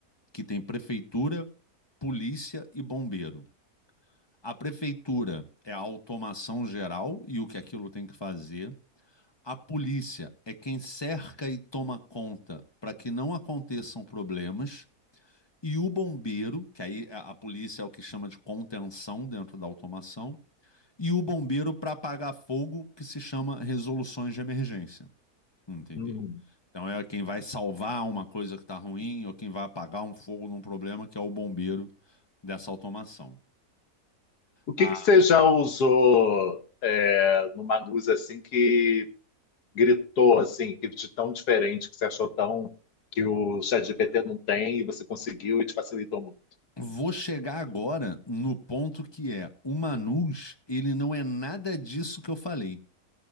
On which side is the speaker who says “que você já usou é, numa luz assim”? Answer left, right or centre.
Left